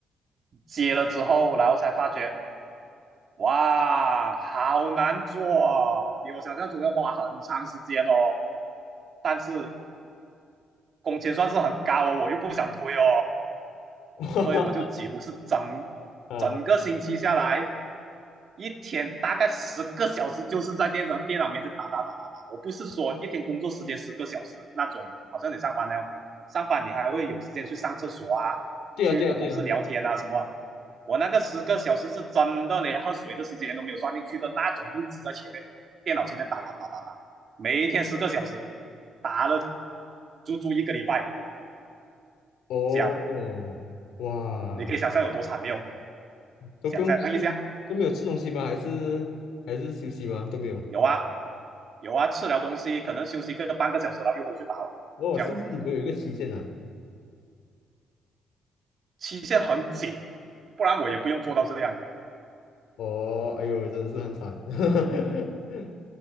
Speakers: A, on the right (about 50°); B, on the left (about 80°).
A: 接了之后，然后才发觉，哇，好难做啊，比我想象中要花很长时间哦。但是工钱算是很高哦，我又不想推哦，
B: <laughs>
A: 所以我就几乎是整整个星期下来，
B: 啊，
A: 一天大概十个小时就是在电脑电脑面前打打打打打。我不是说一天工作时间十个小时那种，好像你上班那样，上班你还会有时间去上厕所啊，
B: 对啊，
A: 去跟同事聊天啊什么。
B: 对啊，对啊。
A: 我那个十个小时是真的连喝水的时间都没有算进去的那种，一直在前面电脑前面打打打打打。每一天十个小时，打了足足一个礼拜，
B: 哦，
A: 这样
B: 哇，
A: 你可以想象有多惨没有？
B: 都不用吃，
A: 想象一下，
B: 都没有吃东西吗？还是还是休息吗？都没有。
A: 有啊，有啊，吃了东西可能休息个半个小时，然后又回去打了，
B: 哦，
A: 这样
B: 是不是你们有一个期限啊？
A: 期限很紧，不然我也不用做到这样，
B: 哦，哎呦，真的是很惨。<laughs>